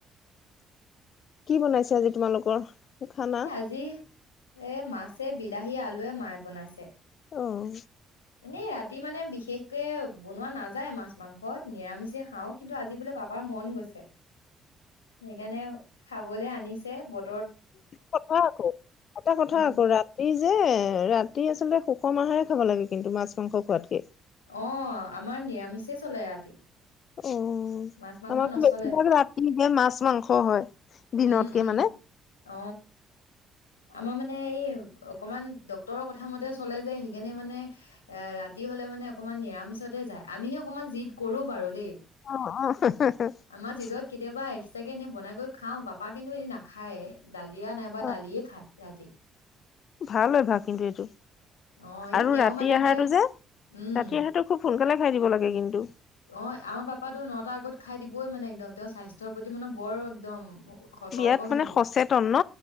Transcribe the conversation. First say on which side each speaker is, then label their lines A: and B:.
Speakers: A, on the left (about 55°); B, on the left (about 85°).
A: কি বনাইছে আজি তোমালোকৰ। খানা?
B: এ আজি এ মাছ। বিলাহী আলুৱে মায়ে বনাইছে।
A: অঁ।
B: এনেই ৰাতি মানে বিশেষকৈ বনোৱা নাযায় মাছ মাংস নিৰামিষে খাওঁ কিন্তু আজি বোলে পাপাৰ মন গৈছে। সেইকাৰণে খাবলে আনি চে বত
A: কথা আকৌ, এটা কথা
B: উম
A: আকৌ ৰাতি যে ৰাতি আচলতে সুষম আহাৰ খাব লাগে কিন্তু মাছ মাংস খোৱাতকে।
B: অ' আমাৰ নিৰামিচে চলে ৰাতি।
A: অ'
B: মাছ মাংস
A: আমাৰতো
B: নচলে
A: বেছিভাগ ৰাতি হে মাছ মাংস হয়, দিনতকে
B: উম উম
A: মানে।
B: অ আমাৰ মানে এই অকমান <unintelligible> ডক্তৰৰ কথা মতে চলে যে সেইকাৰণে মানে এ - ৰাতি হলে মানে অকমান নিৰামিচতে যায়। আমিহে অকমান জিদ কৰো বাৰু দেই।
A: অ' অ'।
B: আমাৰ জিদত কেতিয়াবা এক্সট্ৰাকে এনে বনাই কৰি খাওঁ, পাপা কিন্তু এনে নাখায়। ডালিয়া নাইবা
A: অ
B: দালিয়ে <unintelligible>
A: ভাল হয় ভা কিন্তু এইটো
B: অ', ই
A: আৰু
B: তেওঁ
A: ৰাতিৰ
B: মানে একে
A: আহাৰটো যে,
B: উম,
A: ৰাতি আহাৰটো খুব সোনকালে খাই দিব লাগে কিন্তু।
B: অ' আমাৰ পাপাটো নটাৰ আগত খাই দিবই মানে একদম, তেওঁৰ স্বাস্থ্যৰ প্ৰতি মানে বৰ একদম সতৰ্ক
A: বিয়াত
B: হৈ
A: মানে
B: থাকে,
A: সচেতন ন